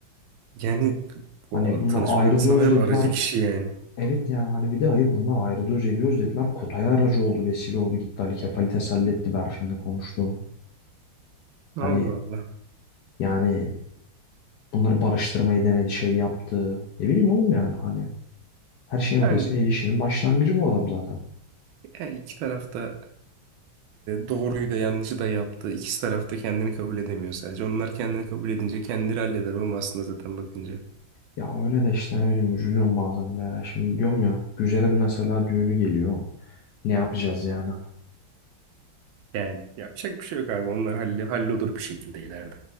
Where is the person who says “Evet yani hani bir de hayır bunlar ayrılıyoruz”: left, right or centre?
Left